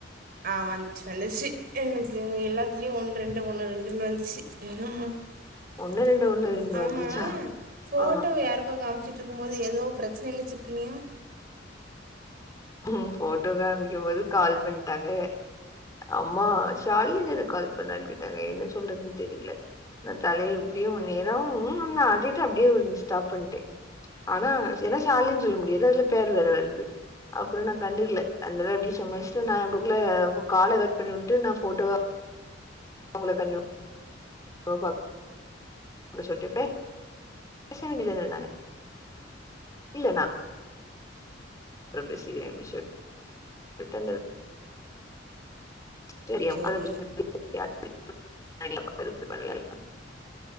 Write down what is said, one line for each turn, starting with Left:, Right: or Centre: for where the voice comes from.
Right: ஆ வந்துச்சு வந்துச்சு எனக்கு எல்லாத்துலயு ஒன் ரெண்டு ஒன்னு ரெண்டுன்னு வந்துச்சு <unintelligible>
Left: ஒண்ணு ரெண்டு ஒண்ணு ரெண்டு
Right: ஆமா
Left: வந்துச்சா
Right: ஃபோட்டோவ
Left: ஆ
Right: யாரோ கோ காம்ச்சிட்ருக்கும் போது எதோ ப்ரெச்சனைல சிக்குனியா
Left: ஹ்ம் ஃபோட்டோ காமிக்கும் போது கால் பண்ட்டாங்க அம்மா ஷாலினி னு எதுக்கால் பண்ணான்னு கேட்டாங்க என்ன சொல்றதுன் தெரில நா தலய இப்டியு நேரா ம் னு ஆட்டிட்டு அப்டியே ஸ்டாப் பண்ட்டே ஆனா ஏன்னா ஷாலினின் சொல்ல முடியாது அதுல பேரு வேற வருது அப்பறோ நா கண்டுக்ல <unintelligible> அப்டி <unintelligible> கால கட் பண்ணி உட்டு நா ஃபோட்டோவ அவுங்கள கண்ணு <unintelligible> அப்ப சொல்ட்ட பே பேச வேண்டி தான நாங்க இல்ல நா அப்றம் பேசிக்கிற அப்டி சொல் <unintelligible> <inaudible>
Right: சரி